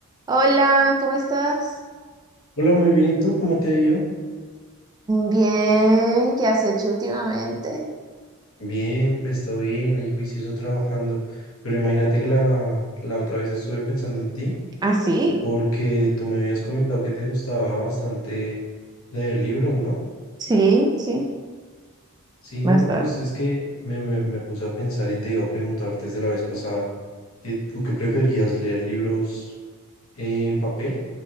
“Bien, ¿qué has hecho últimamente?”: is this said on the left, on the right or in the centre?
Right